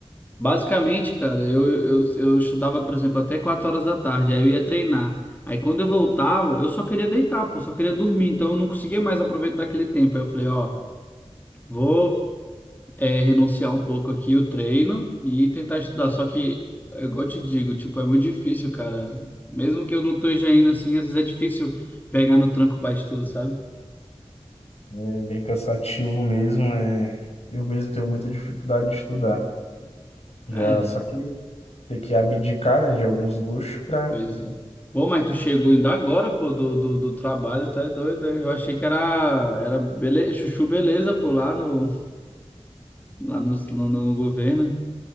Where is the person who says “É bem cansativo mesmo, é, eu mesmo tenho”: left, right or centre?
Left